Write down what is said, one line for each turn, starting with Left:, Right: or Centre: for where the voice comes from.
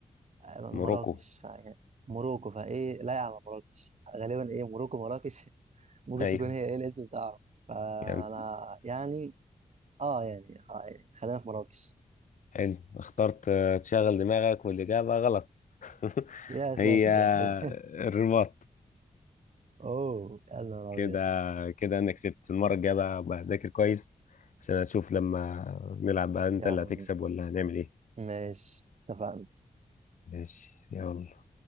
Right: مراكش
Left: موروكو
Right: فيعني موروكو فايه لايقة على مراكش غالبا ايه موروكو مراكش <laughs> ممكن
Left: ايوه
Right: تكون هي ايه الاسم بتاعهم فانا
Left: يعني <clears throat>
Right: يعني اه يعني, خ- يعني خلينا في مراكش
Left: حلو اخترت آه، تشغل دماغك والإجابة غلط <laughs>
Right: يا ساتر
Left: هي
Right: يا ساتر
Left: الرباط
Right: <laughs> اوه يا نهار
Left: كده
Right: ابيض
Left: كده انا كسبت المره الجايه بقى بقى اذاكر كويس عشان اشوف لما نلعب بقى انت
Right: يا عم
Left: اللي هتكسب ولا هنعمل ايه
Right: ماشي اتفقنا
Left: ماشي يلا